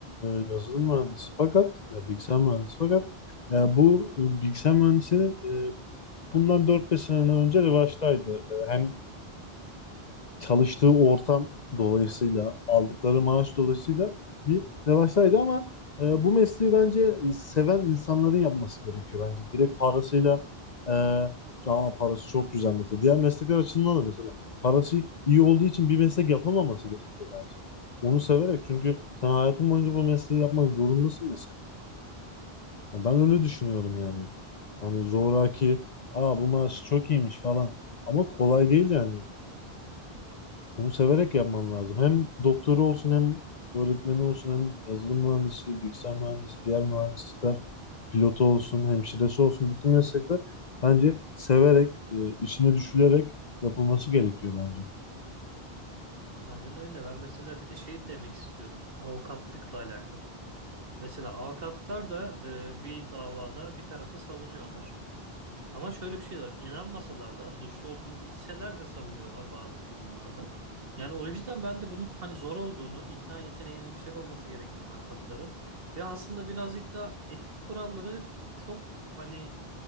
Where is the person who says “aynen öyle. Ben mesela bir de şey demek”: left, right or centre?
Right